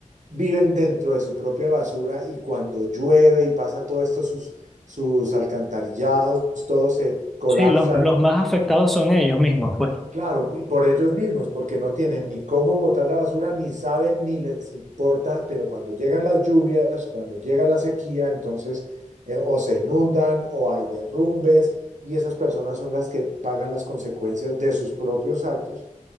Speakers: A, on the right; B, in the centre.
A: viven dentro de su propia basura y cuando llueve y pasa todo esto, sus, sus alcantarillados, todos se colapsan
B: Sí, los, los más afectados
A: y
B: son ellos mismos, pues,
A: Claro, y por ellos mismos, porque no tienen ni cómo botar la basura, ni saben, ni les importa, pero cuando llegan las lluvias, cuando llega la sequía, entonces eh, o se inundan o hay derrumbes y esas personas son las que pagan las consecuencias de sus propios actos